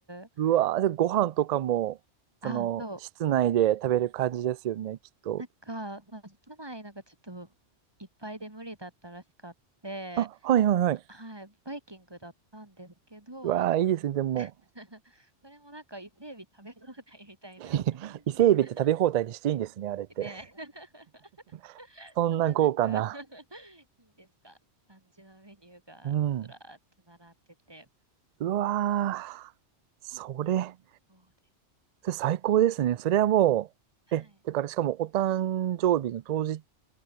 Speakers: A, on the right; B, on the right.
A: す。
B: うわー、じゃあご飯とかも、
A: あ、
B: その、
A: そう。
B: 室内で食べる感じですよね、きっと。
A: なんか、その室内なんかちょっといっぱいで無理だったらしかって、
B: あ、はいはいはい。
A: はい、バイキングだったんですけど、
B: うわー、いいですね、
A: <laughs>
B: でも。
A: それもなんか伊勢海老食べ放題みたいな。
B: <laughs>
A: <laughs>
B: 伊勢海老って食べ放題にしていいんですね、あれって。
A: ねえ。
B: <laughs> そんな豪華な。
A: そんななんか <laughs> いいですか感じのメニューがずらーっと並んでて、
B: うん。うわー。それ、
A: 最高です。
B: それ最高ですね。それはもう、
A: はい。
B: え、だからしかもお誕生日の当日